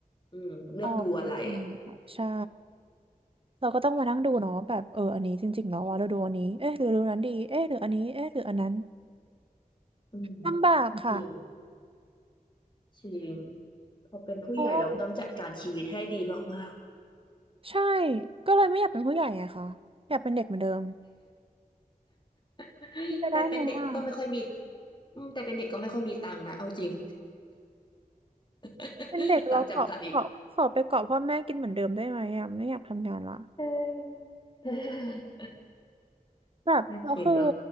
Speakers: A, on the left; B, on the right.
A: อืมเลือกดูอะไรอะ
B: อ๋อจริงๆค่ะใช่เราก็ต้องมานั่งดูเนาะแบบเอออันนี้จริงๆแล้วว่าเราดูอันนี้เอ๊ะหรือดูนั้นดีเอ๊ะหรืออันนี้เอ๊ะหรืออันนั้น
A: อืม
B: ลำบากค่ะ
A: จริงจริงพอเป็นผู้ใหญ่เราต้องจัดการชีวิตให้ดีมาก
B: เพราะว่าใช่ก็เลยไม่อยากเป็นผู้ใหญ่ไงคะอยากเป็นเด็กเหมือนเดิม
A: ๆ <laughs>
B: มันจะได้ไหมอ่ะ
A: แต่แต่เป็นเด็กก็ไม่ค่อยมีอืมแต่เป็นเด็กก็ไม่ค่อยมีตังค์นะเอาจริง <laughs>
B: เป็นเด็กเราเกาะเกาะขอไปเกาะพ่อแม่กินเหมือนเดิมได้ไหมอ่ะไม่อยากทำงานละ
A: ตังค์จำกัดอีก <laughs> เออเออ
B: แบบเราคือ
A: นั่นสิเนอะ